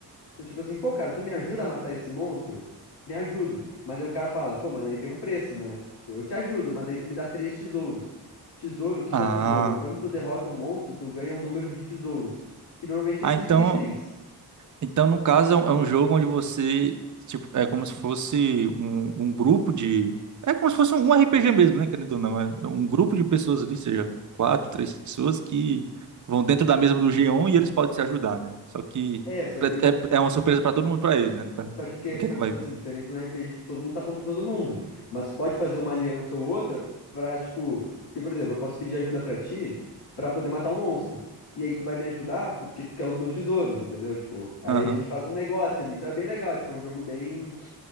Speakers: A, on the left; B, on the right.
A: Então, tipo assim, pô, cara, tu me ajuda a matar esse monstro? Me ajudo. Mas daí o cara fala, pô, mas daí tem um preço, né? Tipo, eu te ajudo, mas daí tu me dá três tesouros. Tesouro, o que que
B: Ah.
A: é o tesouro? Quando tu derrota um monstro, tu ganha um número de tesouros. Que normalmente
B: Ah,
A: é esses
B: então.
A: itens.
B: Então, no caso, é um, é um jogo onde você, tipo, é como se fosse um, um grupo de. É como se fosse um RPG mesmo, né? Querendo ou não. É é um grupo de pessoas ali, seja quatro, três pessoas, que vão dentro da mesa do G1 e eles podem se ajudar, né? Só que
A: É, só que
B: é, é- é uma surpresa pra todo mundo, pra eles, né? No caso.
A: Só que, que-
B: O que
A: só
B: é que
A: que,
B: vai
A: tipo
B: vir?
A: assim, diferente no RPG, tipo, todo mundo tá contra todo mundo. Mas tu pode fazer uma aliança ou outra pra, tipo. Porque, por exemplo, eu posso pedir ajuda pra ti pra poder matar um monstro. E aí tu vai me ajudar porque tu quer os meus tesouros, entendeu? Tipo, aí
B: Aham.
A: a gente faz um negócio ali. Então é bem legal, tipo, é um jogo bem,